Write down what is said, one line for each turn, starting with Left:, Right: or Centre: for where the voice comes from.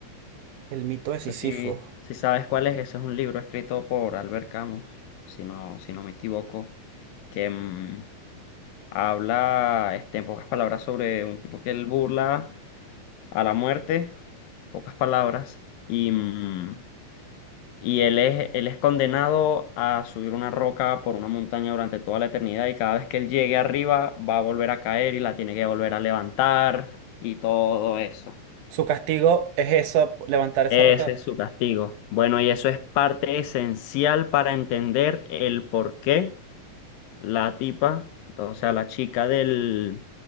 Right: El mito de
Left: No
Right: Sísifo.
Left: sé si, si sabes cuál es, ese es un libro escrito por Albert Camus, si no, si no me equivoco, que mm, habla este, en pocas palabras sobre un tipo que él burla a la muerte, pocas palabras, y... mm, Y él es, él es condenado a subir una roca por una montaña durante toda la eternidad y cada vez que él llegue arriba va a volver a caer y la tiene que volver a levantar y todo eso.
Right: Su castigo es eso, levantar esa
Left: Ese
Right: roca.
Left: es su castigo. Bueno, y eso es parte esencial para entender el porqué la tipa, o sea, la chica del,